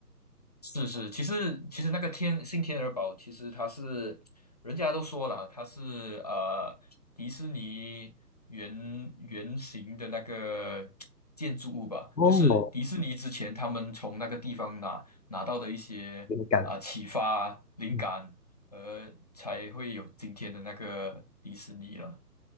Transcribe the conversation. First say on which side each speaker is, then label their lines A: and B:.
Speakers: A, on the left; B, on the left.
A: 是是，其实其实那个天新天鹅堡，其实它是人家都说了，它是呃迪士尼原原型的那个建筑物吧，
B: 哦，
A: 就是迪士尼之前他们从那个地方拿拿到的一些啊、
B: 灵感，
A: 启发灵感，
B: 嗯，
A: 呃，才会有今天的那个迪士尼了。